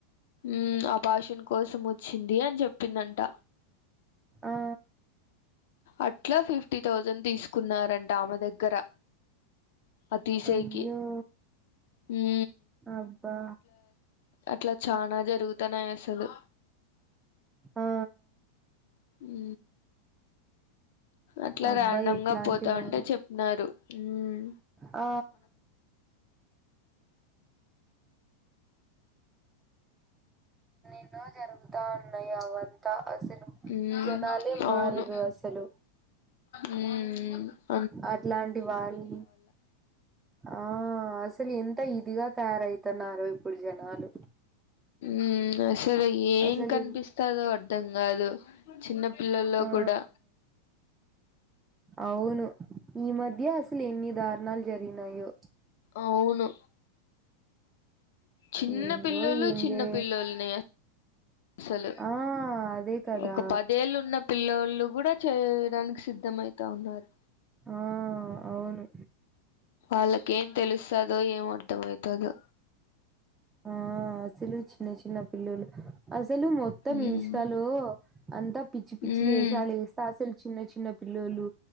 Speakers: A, on the left; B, on the right.
A: ఊ అబాషన్ కోసం వచ్చింది అని చెప్పిందంట
B: ఆ
A: అట్లా ఫిఫ్టీ థౌజండ్ తీసుకున్నారంట ఆమె దగ్గర ఆ తీసేకి
B: అయ్యో
A: ఊ
B: అబ్బా
A: అట్లా చానా జరుగుతున్నాయి అసలు
B: ఆ
A: ఊ అట్లా
B: అబ్బా
A: ర్యాండమ్
B: ఇట్లాంటి
A: గా పోతా
B: వాళ్ళు
A: ఉంటే చెప్పిన్నారు ఉమ్మ్
B: ఆ ఎన్నో జరుగుతా ఉన్నాయి అవంతా అసలు
A: ఊ
B: జనాలే మారరు
A: అవును
B: అసలు
A: ఉమ్ ఉమ్
B: అట్లాంటి వాళ్ళు ఆ అసలు ఎంత ఇ దిగాకారయితున్నారు ఇప్పుడు జనాలు
A: ఊ అసలు ఏం
B: అసలు
A: కనిపిస్తాదో అర్ధం కాదు చిన్న పిల్లల్లో
B: ఆ
A: కూడా
B: అవును ఈ మధ్య అసలు ఎన్ని దారుణాలు జరిగినాయో
A: అవును చిన్న
B: ఏందో
A: పిల్లోలు
B: ఏం
A: చిన్న
B: జే
A: పిల్లల్ని అసలు
B: ఆ అదే కదా
A: ఒక పదేళ్ళు ఉన్న పిల్లలు కూడా చేయడానికి సిద్ధమయిత ఉన్నారు
B: ఆ అవును
A: అలకు ఏం తెలుస్తాదో ఏం అర్ధం అయితాదో
B: ఆ అసలు చిన్న చిన్న పిల్లులు అసలు మొత్తం
A: ఉమ్
B: ఇన్స్టాలో అంతా పిచ్చి పిచ్చి
A: ఉమ్
B: వేషాలు వేస్తా అసలు చిన్న చిన్న పిల్లోలు